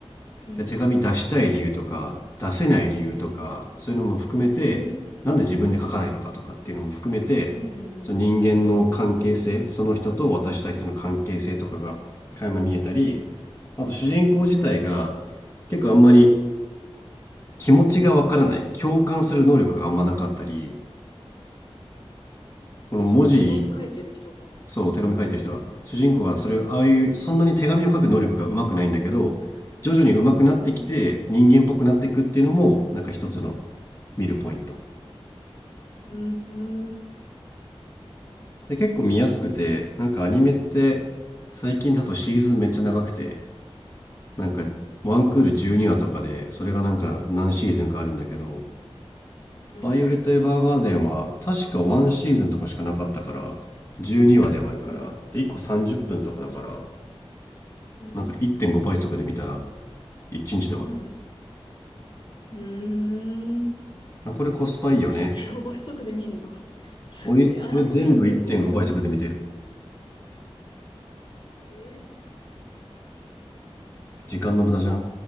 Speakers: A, on the left (about 50°); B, on the left (about 25°).
A: うん、
B: で手紙出したい理由とか出せない理由とかそういうのも含めてなんで自分で書かないのかとかっていうのも含めてその人間の関係性その人と渡した人の関係性とかが垣間見えたり
A: うん、うん、うん。うん、うん、うん、うん。
B: あと主人公自体が結構あんまり気持ちがわからない共感する能力があんまなかったりこの文字
A: それ手紙書いてる人が
B: そう手紙書いてる人が主人公がそれああいうそんなに手紙を書く能力がうまくないんだけど徐々にうまくなってきて人間っぽくなっていくっていうのもなんか一つの
A: うん、
B: 見るポイント
A: うん、うんなる
B: で結構見やすくてなんかアニメって最近だとシーズンめっちゃ長くて
A: ほど。うん、
B: なんかワンクール12話とかでそれがなんか何シーズンかあるんだけど
A: うん、
B: 「バイオレット・エヴァーガーデン」は確か1シーズンとかしかなかったから12話で終わるからで1個30分とかだから
A: うん、うん、うん、
B: なんか1.5倍速で見たら1日で終わる
A: うん、うん。
B: あ、これコスパいいよね。
A: 1.5倍速で見んの <laughs> そうで、
B: 俺、
A: あ、
B: 俺全部1.5倍速で見てる。
A: アニメ1.5倍速で見る。ええ
B: 時間の無駄じゃん。